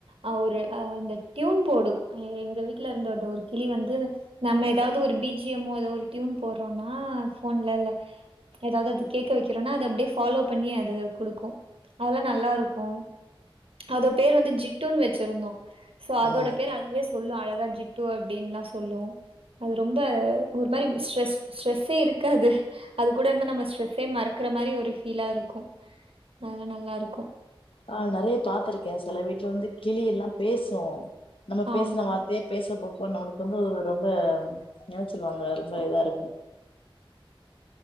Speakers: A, on the right; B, on the left.
A: அ ஒரு அ இந்த ட்யூன் போடு அ எங்க வீட்ல இருந்த அந்த ஒரு கிளி வந்து நம்ம எதாவ்து ஒரு பி ஜி எம் மோ எதோ ஒரு டியூன் போடுறோனா ஃபோன்லோள்ள எதாவ்து அது கேக்க வைக்கிறோனா அது அப்டியே ஃபாலோ பண்ணி அது குடுக்கு அதெல்லா நல்லா இருக்கு அதோ பேர் வந்து ஜிட்டுன் வச்சிருந்தோ சோ அதோட
B: ஆ
A: பேர் அதுவே சொல்லு அழகா ஜிட் டு அப்டின்லா சொல்லு அது ரொம்ப ஒரு மாரி ஸ்ட்ரெஸ் ஸ்ட்ரெஸ்ஸே இருக்காது அது கூட இருந்தா நம்ம ஸ்ட்ரெஸ்ஸே மறக்கற மாரி ஒரு ஃபீலா இருக்கு அதலா நல்லாருக்கு
B: ஆ நெறய பாத்துருக்கே செல வீட்ல வந்து கிளி எல்லா பேசு நம்ம
A: ஆமா,
B: பேசுன வார் த்தயே பேச போ அப்ப நம்மளுக்கு வந்து ரொம்ப என்ன சொல்வாங்க ரொம்ப இதா இருக்கு